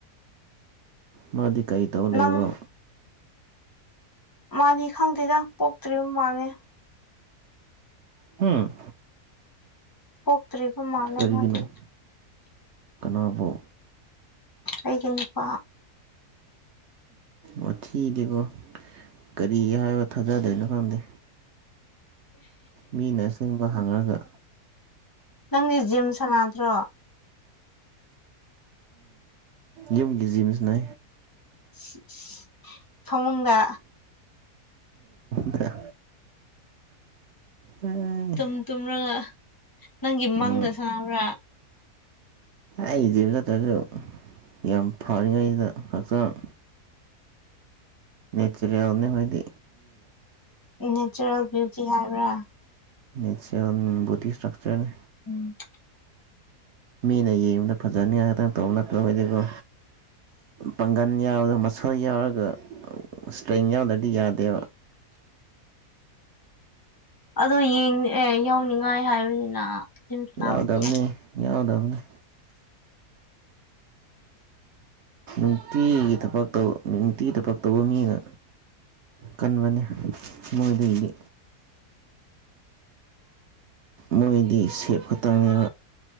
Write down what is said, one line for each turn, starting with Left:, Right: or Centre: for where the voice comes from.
Right: ꯃꯥꯗꯤ ꯀꯔꯤ ꯇꯧ ꯂꯩꯕ꯭ꯔꯣ꯫
Left: ꯅꯪ ꯃꯥꯗꯤ ꯈꯪꯗꯦꯗ ꯄꯣꯛꯇ꯭ꯔꯤꯕ ꯃꯥꯂꯦ꯫
Right: ꯎꯝ꯫
Left: ꯄꯣꯛꯇ꯭ꯔꯤꯕ ꯃꯥꯜꯂꯦ
Right: ꯀꯔꯤꯒꯤꯅꯣ
Left: ꯃꯥꯗꯤ꯫
Right: ꯀꯅꯥꯕꯨ꯫
Left: ꯑꯩꯒꯤ ꯅꯨꯄꯥ
Right: ꯃꯊꯤꯗꯤꯀꯣ ꯀꯔꯤ ꯍꯥꯏꯕ ꯊꯥꯖꯗꯣꯏꯅꯣ ꯈꯪꯗꯦ ꯃꯤꯅ ꯑꯁꯦꯡꯕ ꯍꯪꯉꯒ
Left: ꯅꯪꯗꯤ ꯖꯤꯝ ꯁꯥꯟꯅꯗ꯭ꯔꯣ
Right: ꯌꯨꯝꯒꯤꯖꯤꯝꯁꯅꯦ
Left: <inaudible> ꯊꯃꯨꯡꯗ
Right: ꯗ ꯑꯦ <unintelligible>
Left: ꯇꯨꯝ ꯇꯨꯝꯔꯒ ꯅꯪꯒꯤ
Right: ꯎꯝ
Left: ꯃꯪꯗ ꯁꯥꯟꯅꯕ꯭ꯔꯥ
Right: ꯑꯩ ꯏꯆꯦ ꯈꯛꯇ꯭ꯔꯁꯨ ꯌꯥꯝ ꯐꯔꯤꯉꯩꯁꯤꯗ ꯍꯛꯆꯥꯡ ꯅꯦꯆꯔꯦ ꯑꯣꯟꯅ ꯍꯗꯤ
Left: ꯅꯦꯆꯔꯦꯜ ꯕ꯭ꯌꯨꯇꯤ ꯍꯥꯏꯕ꯭ꯔꯥ
Right: ꯅꯦꯆꯔꯦꯜ ꯣꯗꯤ ꯏꯁꯇ꯭ꯔꯛꯆꯔ
Left: ꯎꯝ
Right: ꯃꯤꯅ ꯌꯦꯡꯕꯗ ꯐꯖꯅꯤꯉꯥꯏ ꯈꯇꯪ ꯇꯧꯕ ꯅꯠꯇꯕꯗꯤꯀꯣ ꯄꯥꯡꯒꯟ ꯌꯥꯕꯗ ꯁ ꯌꯥꯒ ꯁꯇ꯭ꯔꯦꯥ ꯀꯗꯤ ꯌꯥꯗ
Left: ꯑꯗꯨꯡ ꯑꯦ ꯌꯥꯎꯅꯤꯡꯉꯥꯏ ꯍꯥꯏꯕꯅꯤꯅ ꯁꯅꯥꯑꯣ
Right: ꯌꯥꯎꯗꯕꯅꯤ
Left: ꯁꯤ
Right: ꯌꯥꯎꯗꯕꯅꯤ ꯅꯨꯡꯇꯤꯒꯤ ꯊꯕꯛ ꯇ ꯅꯨꯡꯇꯤꯒꯤ ꯊꯕꯛ ꯇꯧꯕ ꯃꯤꯅ ꯀꯟꯕꯅꯤ ꯃꯣꯏꯗꯒꯤꯗꯤ ꯃꯣꯏꯗꯤ ꯁꯦꯠ ꯈꯨꯇꯥꯡꯅꯤ